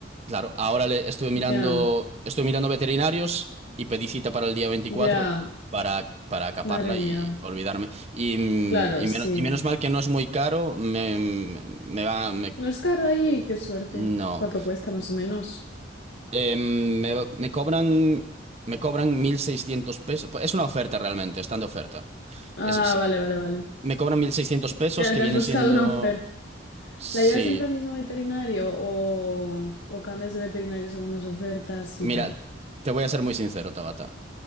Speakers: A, on the right (about 35°); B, on the left (about 70°).
A: Claro, ahora le estuve mirando,
B: Ya,
A: estuve mirando veterinarios y pedí cita para el día veinticuatro
B: ya,
A: para, para caparla
B: madre mía.
A: y olvidarme. Y, mm,
B: Claro,
A: y
B: sí.
A: menos, y menos mal que no es muy caro, me, me va, me-
B: No es caro allí, qué suerte.
A: no.
B: ¿Cuánto cuesta más o menos?
A: Eh, me, me cobran, me cobran 1.600 pesos. Pues Es una oferta realmente, están de oferta.
B: Ah,
A: Es- es-
B: vale, vale, vale.
A: me cobran 1.600 pesos
B: Claro,
A: que
B: te
A: vienen
B: has buscado
A: siendo,
B: una oferta.
A: sí.
B: ¿La llevas siempre al mismo veterinario o, o cambias de veterinario según las ofertas
A: Mira,
B: y tal?
A: te voy a ser muy sincero, Tabata.